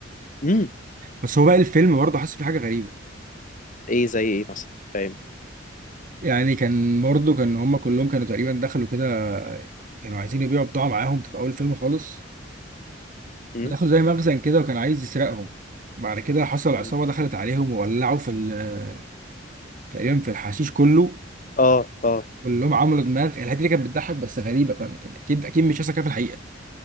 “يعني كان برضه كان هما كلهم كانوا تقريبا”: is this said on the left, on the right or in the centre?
Right